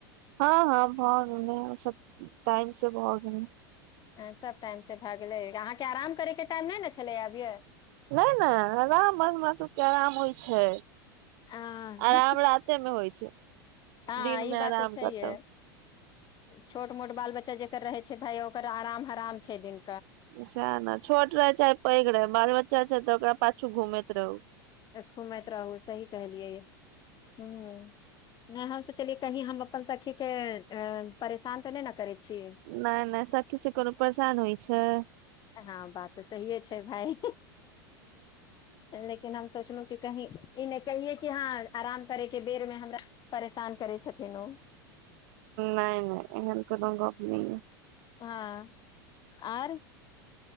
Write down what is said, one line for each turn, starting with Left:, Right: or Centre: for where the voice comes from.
Right: हँ हँ भ गेलै सब टाइम से भो गेलै
Left: अ सब टाइम से भए गेलै यहाँ के आराम करे के टाइम नहि ने छललै अभिय
Right: नहि नहि आराम बस हमरा सबके आराम होइ छै
Left: हँ
Right: आराम राातेमे होइ छै
Left: हँ
Right: दिनमे
Left: ई बात
Right: आराम
Left: तऽ छैहे
Right: कतहु
Left: छोट मोट बाल बच्चा जेकर रहे छै भााय ओकर आराम हराम छै दिन
Right: स ने छोट रहै चाहे पैघ रह बाल बच्च अच्छा अच्छा तगड़ाछू घूमेैत रहू
Left: घुमैत रहू सही कहलियै ह नहि हम सोचलियै कही हम अपन सखी के अ परेशान तऽ नहि ने करै छी
Right: नहि नहि सकीसी कोनो परेशान होइ छै छै
Left: हँ बात तऽ सहिए छै भाय लेकिन हम सोचलहु कि कही इ कहिये किी हँ आराम करैके बेरमे हमरा परेशान करै छथिन ओ
Right: नहि नहि एहन कोनो गप नहि य
Left: हँ आर